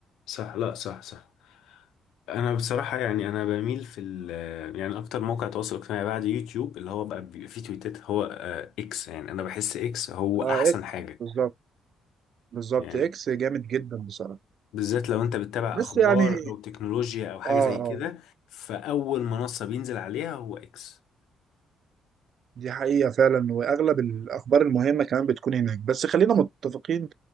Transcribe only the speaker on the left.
صح لا صح صح انا بصراحه يعني انا بميل في ال يعني اكتر موقع تواصل اجتماعي بعد يوتيوب اللي هو بقى بيبقى فيه تويتات هو آه، اكس يعني انا بحس اكس هو
احسن
حاجه
يعني
بالذات لو انت بتتابع
اخبار
او تكنولوجيا او حاجه
زي كده
فاول منصه بينزل عليها هو اكس